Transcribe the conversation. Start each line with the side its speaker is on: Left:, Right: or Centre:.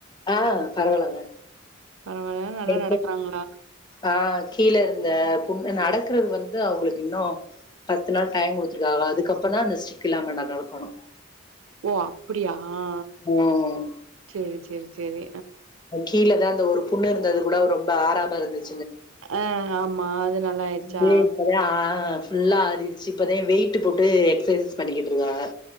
Left: ஆ பரவாலாங்க
Right: பரவால்ல நல்லா
Left: எ
Right: நடக்கறாங்களா
Left: ஆ கீழ இருந்த நடக்கறது வந்து அவங்களுக்கு இன்னு பத்து நாள் டைம் கொடுத்துருகாக அதுக்கப்பதா அந்த ஸ்டிக் இல்லாம நடக்கணு
Right: ஓ அப்படியா ஆ
Left: ம்
Right: செரி செரி செரி
Left: கீழதா அந்த ஒரு புண்ணு இருந்தது கூட ரொம்ப ஆறாம இருந்துச்
Right: அ ஆமா அது நல்லாயிருச்சா
Left: அதே இப்பதா ஆ ஃபுல்லா ஆறிடுச்சு இப்பத வெயிட் போட்டு எக்ஸசைஸ் பண்ணிக்கிட்டு இருக்காக